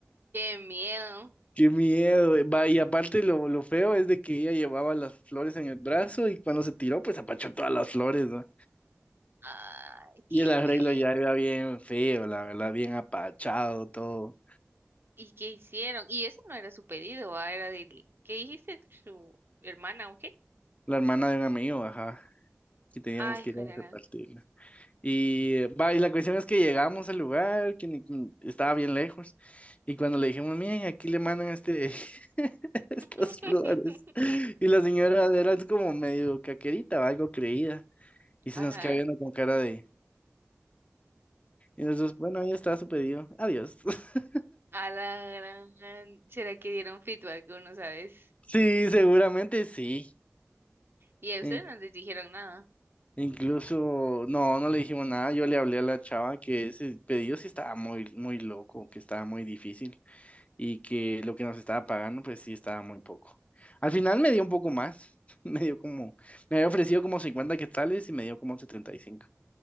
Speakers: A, on the right; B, on the left.
A: Qué miedo.
B: Qué miedo. eh, va, Y aparte lo, lo feo es de que ella llevaba las flores en el brazo y cuando se tiró, pues apachó todas las flores, ¿no?
A: Ay,
B: Y
A: qué
B: el arreglo
A: feo.
B: ya era bien feo, la verdad, bien apachado, todo.
A: ¿Y qué hicieron? Y ese no era su pedido, ¿va? Era del... ¿Qué dijiste? ¿Su hermana o qué?
B: La hermana de un amigo, ajá, y teníamos
A: Ay,
B: que
A: joder.
B: ir a repartirla. Y va, y la cuestión es que llegamos al lugar, que ni- ni- estaba bien lejos, y cuando le dijimos, miren, aquí le mandan este, <laughs> estas
A: <laughs>
B: flores, y la señora era así como medio caquerita, o algo creída, y se
A: Ajá.
B: nos queda viendo con cara de, y nosotros, bueno, ahí está su pedido, adiós. <laughs>
A: A la gran... ¿Será que dieron feedback? Uno, ¿sabes?
B: Sí, seguramente sí.
A: Y a ustedes
B: In-
A: no les dijeron nada.
B: Incluso, no, no le dijimos nada, yo le hablé a la chava que ese pedido sí estaba muy, muy loco, que estaba muy difícil. y que lo que nos estaba pagando, pues sí estaba muy poco. Al final me dio un poco más, <laughs> me dio como, me había ofrecido como 50 quetzales y me dio como setenta y cinco